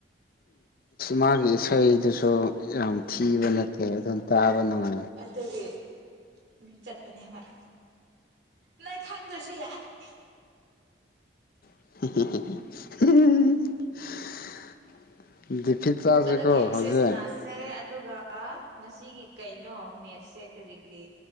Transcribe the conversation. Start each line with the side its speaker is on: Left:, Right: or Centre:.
Left: ꯃꯥꯒꯤ ꯏꯁꯩꯗꯨꯁꯨ ꯌꯥꯝ ꯊꯤꯕ ꯅꯠꯇꯦ ꯑꯗꯨꯝ ꯇꯥꯕ ꯅꯨꯡꯉꯥꯏ
Right: ꯑꯗꯨꯒꯤꯝ ꯆꯠꯄꯅꯦ ꯍꯣꯏ ꯅ ꯈꯪ ꯇ ꯁꯤ ꯌꯥꯏ <unintelligible>
Left: <unintelligible> ꯗꯤꯐꯤ ꯇꯥꯥꯁꯦꯀꯣ
Right: ꯑꯗꯣ ꯒꯦꯝꯁꯦ
Left: ꯍꯧꯁꯦꯟ
Right: ꯁꯅꯥꯁꯦ ꯑꯗꯨꯒ ꯉꯁꯤꯒꯤ ꯀꯩꯅꯣ ꯃꯦꯠꯁꯦ ꯀꯔꯤ ꯀꯔꯤ